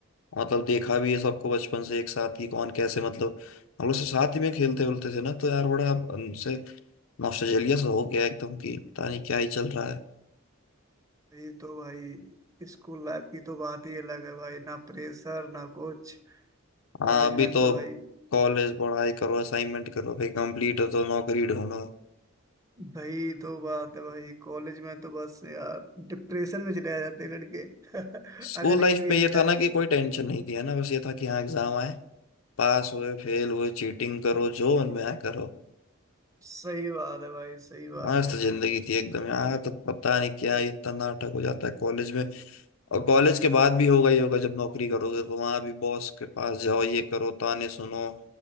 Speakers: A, on the left; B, on the right.
A: मतलब देखा भी है सबको बचपन से एक साथ कि कौन कैसे मतलब हम लोग सब साथ ही में खेलते उलते थे ना तो यार बड़ा उनसे नॉस्टैल्जिया सा हो गया एकदम कि पता नहीं क्या ही चल रहा है
B: ये तो भाई स्कूल लाइफ की तो बात ही अलग है भाई ना प्रेशर ना कुछ कॉलेज
A: हाँ अभी
B: में
A: तो
B: तो भाई
A: कॉलेज पढ़ाई करो असाइनमेंट करो फिर कंप्लीट हो तो नौकरी ढूंढो
B: भाई तो बात है भाई कॉलेज में तो बस यार डिप्रेशन में चले आ जाते हैं लड़के <laughs>
A: स्कूल
B: अगर
A: लाइफ
B: एक भी
A: में ये
B: री
A: था
B: आई
A: ना कि
B: तो
A: कोई टेंशन नहीं थी है ना बस ये था कि हाँ एग्जाम आए पास हुए फेल हुए चीटिंग करो जो उनमें आए करो
B: सही बात है भाई सही बात
A: मस्त
B: है
A: जिंदगी थी एकदम यार तो पता नहीं क्या ये इतना नाटक हो जाता है कॉलेज में और कॉलेज के बाद भी होगा ही होगा जब नौकरी करोगे तो वहां भी बॉस के पास जाओ ये करो ताने सुनो